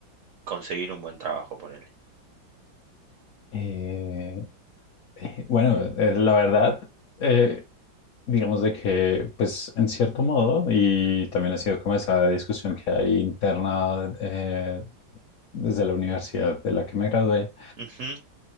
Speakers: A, on the right (about 70°); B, on the left (about 65°).
A: conseguir un buen trabajo, ponele?
B: Eh, eh, bueno, eh, la verdad, eh, digamos de que, pues en cierto modo, y también ha sido como esa discusión que hay interna eh, desde la universidad de la que me gradué,
A: Ujú.